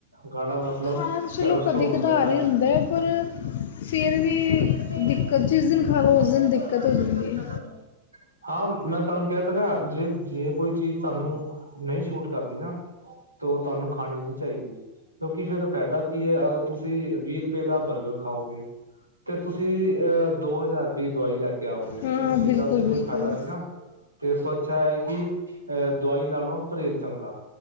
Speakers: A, on the right; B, on the left.
A: ਗਾੜਾ ਮਤਲਬ
B: ਖਾਣਾ ਤਾਂ ਚਲੋ
A: ਕੈਲਸਟ੍ਰੋਲ
B: ਕਦੇ
A: ਹੁੰਦੇ
B: ਕਦਾਰ
A: ਸਾਡੇ
B: ਹੀ ਹੁੰਦਾ ਹੈ, ਪਰ ਫਿਰ ਵੀ
A: ਫਿਰ ਵੀ,
B: ਦਿੱਕਤ ਜਿਸ ਦਿਨ
A: ਦਿੱਕਤ
B: ਖਾ ਲਓ
A: <unintelligible>
B: ਉਸ ਦਿਨ ਦਿੱਕਤ ਹੋ ਜਾਂਦੀ ਹੈ
A: ਹਾਂ ਮੈਂ ਤੁਹਾਨੂੰ ਕਹਿ ਤਾ ਰਿਹਾ ਜੇ ਜੇ ਕੋਈ ਚੀਜ਼ ਤੁਹਾਨੂੰ ਨਹੀਂ ਛੂਟ ਕਰਦੀ ਨਾ, ਤੇ ਉਹ ਤੁਹਾਨੂੰ ਖਾਣੀ ਨੀ ਚਾਹੀਦੀ। ਕਿਉਂਕਿ ਫੇਰ ਫਾਇਦਾ ਕੀ ਹੈ ਅ ਤੁਸੀਂ ਵੀਹ ਰੁਪਏ ਦਾ ਬਰਗਰ ਖਾਓਗੇ। ਤੇ ਤੁਸੀਂ ਅ ਦੋ ਹਜ਼ਾਰ ਰੁਪਏ ਦਵਾਈ ਲੈ ਕੇ ਆਓਗੇ,
B: ਹਾਂ
A: ਉਸ ਚੀਜ਼
B: ਬਿਲਕੁਲ
A: ਦਾ ਤੇ
B: ਬਿਲਕੁਲ
A: ਕੋਈ ਫਾਇਦਾ ਨੀ ਨਾ। ਤੇ ਇਸ ਤੋਂ ਅੱਛਾ ਹੈ ਕਿ ਅਹ ਦਵਾਈ ਨਾਲੋਂ ਪਰਹੇਜ਼ ਚੰਗਾ।